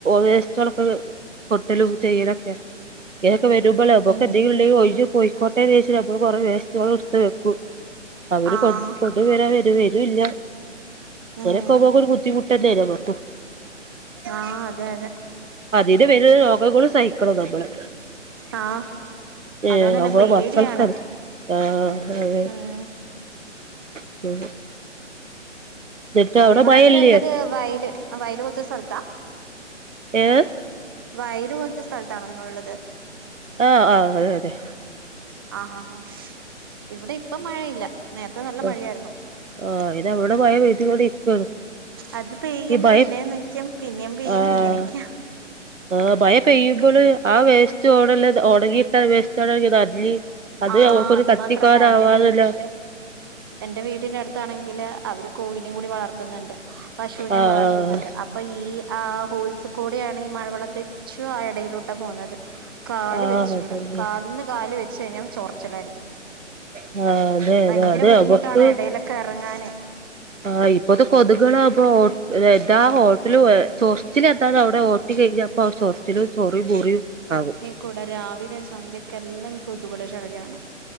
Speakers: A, on the right; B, on the right.
A: വേസ്റ്റളൊക്കെ കൊട്ടലും ചെയ്യലൊക്കെ ഇങ്ങനൊക്കെ വരുമ്പോൾ നമുക്കെന്തെങ്കിലും
B: ഉം
A: ണ്ടെങ്കിൽ ഒഴി ഞ്ഞ് പൊയിക്കോട്ടേന്ന് വിചാരിച്ചിട് നമ്മൾ കുറെ വേസ്റ്റ്കൾ എടുത്ത് വെക്കും അവര്
B: ആഹ്
A: കൊണ്ട് കൊണ്ട് വരാ വരു വരൂല്ല
B: ഉം
A: ക്കക്ക ഒരു ബുദ്ധിമുട്ടല്ലോക്കും <unintelligible>
B: ആഹ് അതെ അതെ
A: അതിന് വെര്ന രോഗങ്ങളും സഹിക്കണം നമ്മള്
B: ആഹ്
A: ഏഹ്
B: അതുകൊണ്ട് തന്നെ
A: നമ്മളെ
B: പേടിയാണ്
A: മക്കൾക്കാണ് ആഹ് അതെ
B: ഉം
A: <unintelligible> എന്നിട്ട് അവിടെ
B: നിങ്ങളെക്കെ
A: മഴയില്ലേ
B: ഉള്ളത് വയല് ആ വയല് പോല്ത്തെ സ്ഥലത്താ
A: ഏഹ്
B: വയല് പോല്ത്തെ സ്ഥൽത്താണോ നിങ്ങള്ഇള്ളത്
A: ആഹ് ആഹ് അതെ അതെ
B: ആഹ് ഹാ ഹാ ഇവിടെ ഇപ്പംമഴയില്ല നേര്ത്തെ നല്ല
A: അതെ
B: മഴയേര്ന്നു
A: ആഹ് ഐന് അവടെ മയ പെയ്ത് ങ്ങോണ്ട് ഇരിക്കാണ്
B: അത് പെയ്യും
A: ഈ മഴ
B: പിന്നേം നിക്കും പിന്നേം പെയ്യും
A: ആഹ്
B: ഇങ്ങനെക്ക്യാ
A: ആഹ് മഴ പെയ്യുമ്പോള് ആ വേസ്റ്റ് ഓടേല് ഉണങ്ങിയിട്ടാ വേസ്റ്റ് അള്ളി അത്അവക്കൊരു
B: ആഹ് അത്
A: കത്തിക്കാരാവാറില്ല
B: മാത്രല്ല എന്റെ വീട്ടിന്റെ എന്റെ വീടിന്റെ അടുത്താണെങ്കില് അവര് കോയിനിം കൂടി വളർത്ത്ന്ന്ണ്ട് പശുവിനെംവളർത്ത്ന്ന്ണ്ട്
A: ആഹ്
B: അപ്പ ഈ ആഹ് ഹോൾസ് കൂടിയാണ് ഈ മഴവെള്ളം തെച്ചു ആഹ് എടയിലൂടെ പോവുന്നത് കാല്
A: ആഹ് ആഹ്
B: വെച്ചൂട
A: അതെ അതെ
B: കാന്ന് കാല് വെച്ച് കഴിഞ്ഞാ ചൊറിച്ചിലായിരിക്കും
A: ആഹ് അതെ
B: ഭയങ്കര
A: അതെ അത്
B: ബുദ്ധിമുട്ടാണ്
A: അവക്ക്
B: ഇടയിലൊക്ക ക്കിറങ്ങണ്
A: ആഹ് ഇപ്പത് കൊതുകളാവുമ്പൊ ഓട്ട് ലെന്താ ഹോട്ടല് വേട്ച്ചോ പിന്നെ എന്താണ് അവിടെ ഓത്തി ക ഴികിയെപ്പം ചൊറിച്ചിലും ചൊറി മുറിം ആവും
B: കുടെ രാവിലെം സന്ധ്യക്കെല്ലാം കൊതുകൊടെ ശഴ്ല്യാണ്